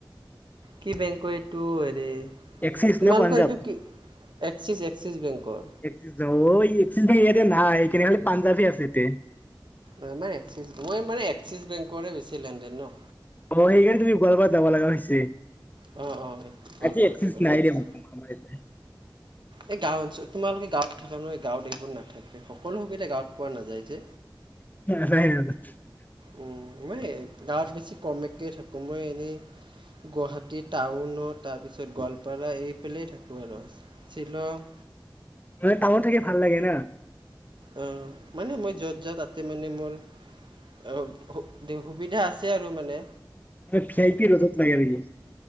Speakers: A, on the right; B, on the left.
A: কি বেংকৰ এইটো হেৰি।
B: এক্সিচ
A: তোমালোকৰ
B: নে পাঞ্জাৱ?
A: এইটো কি এক্সিছ এক্সিছ বেংকৰ
B: এক্সিচ বেং, অ' ই এক্সিচ বেং এয়াতে নাই, কেনেহ'লে পাঞ্জাৱ হে আছে এতে।
A: অ' নাই এক্সিচ, মই মানে এক্সিছ বেংকৰে বেছি লেনদেন ন।
B: অ' হেইকাৰণে তুমি গোৱালপাত যাব লাগা হৈছি।
A: অঁ অঁ গোৱালপাৰাত
B: আজি এক্সিচ
A: যাব লগা
B: নাই
A: হৈছে
B: দেহো <unintelligible>
A: এই গাওঁ অঞ্চ, তোমালোকে গাঁৱত থকা নহয়, গাঁৱত এইবোৰ নাথাকে। সকলো সুবিধা গাঁৱত পোৱা নাযায় যে।
B: <unintelligible>
A: উম, মই গাঁৱত বেছি কমকে থাকো মই এনেই গুৱাহাটী টাউনত তাৰপিছত গোৱালপাৰা এইফালেই থাকোঁ আৰু। শ্বিলং।
B: মানে টাউনত থাকি ভাল লাগে না।
A: অ' মানে মই য'ত যাওঁ তাতে মানে মোৰ অ' সু-দেও, সুবিধা আছে আৰু মানে।
B: আ ভি আই পি ৰ'ডত থাকে নেকি?